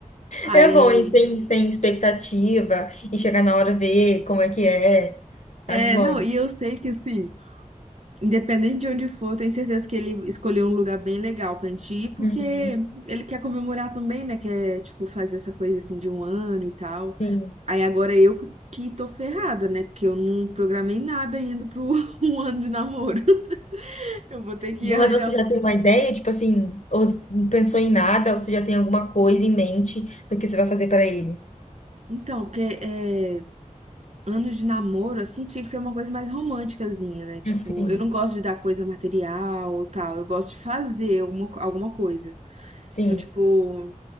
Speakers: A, on the right; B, on the left.
A: Aí,
B: É bom ir sem, sem expectativa e chegar na hora ver como é que é.
A: é,
B: Acho bom.
A: não, e eu sei que assim, Independente de onde for, tenho certeza que ele escolheu um lugar bem legal pra gente ir, porque
B: Uhum.
A: ele quer comemorar também, né? Quer, tipo, fazer essa coisa assim de um ano e tal.
B: Sim.
A: Aí agora eu que tô ferrada, né? Porque eu não programei nada ainda pro <laughs> um ano de namoro. <laughs> Eu vou ter que
B: Mas
A: arranjar.
B: você já tem uma ideia, tipo assim, ou s- não pensou em nada, ou você já tem alguma coisa em mente do que você vai fazer para ele?
A: Então, porque é, anos de namoro, assim, tinha que ser uma coisa mais românticazinha, né? Tipo,
B: Assim,
A: eu não gosto de dar coisa material ou tal. Eu gosto de fazer alguma, alguma coisa.
B: sim.
A: Então, tipo.